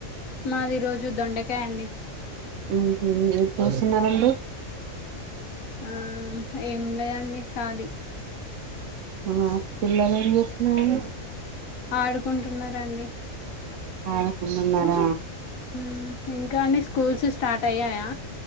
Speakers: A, on the left; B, on the right.
A: మాది ఈ రోజు దొండకాయండి
B: ఊహు ఏం చేస్తున్నారండి
A: ఆ ఏం లేయండి కాలి
B: ఆ పిల్లలు ఏం చేస్తున్నారండి
A: ఆడుకుంటున్నారండి
B: ఆడుకుంటున్నార
A: మ్ ఇంకా అండి స్కూల్స్ స్టార్ట్ అయ్యాయా